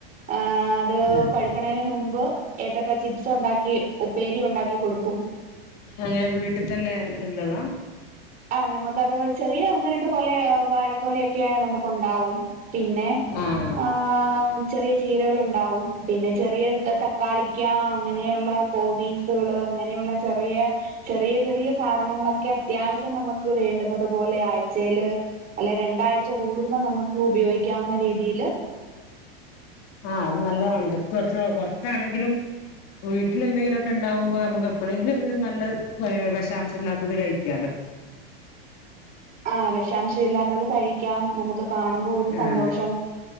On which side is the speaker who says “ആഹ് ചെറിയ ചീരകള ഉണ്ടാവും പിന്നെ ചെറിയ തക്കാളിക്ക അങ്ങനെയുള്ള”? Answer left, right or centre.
Right